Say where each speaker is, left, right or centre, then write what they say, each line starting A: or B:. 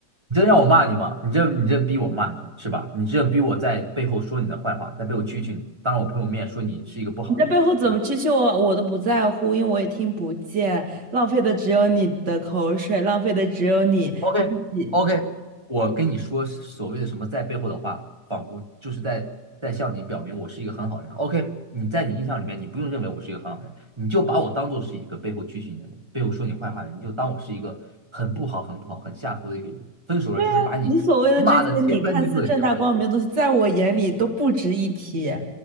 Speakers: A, on the right (about 20°); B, on the right (about 70°).
A: 你这让我骂你吗？你这你这逼我骂你是吧？你这逼我在背后说你的坏话，在背后蛐蛐你，当着我朋友面说你是一个不好的人。
B: 你在背后怎么蛐蛐我，
A: 嗯
B: 我都不在乎，因为我也听不见，浪费的只有你的口水，浪费的只有你
A: OK
B: 你
A: OK，我跟你说所谓的什么在背后的话，仿佛就是在在向你表明我是一个很好的人。OK，你在你印象里面，你不用认为我是一个很好人，你就把我当做是一个背后蛐蛐你的人，背后说你坏话的人，你就当我是一个很不好、很不好、很下头的一个人。分手了就是把你骂的天翻地覆的人就可以了。
B: 对啊，你所谓的这些你看似正大光明的东西，在我眼里都不值一提。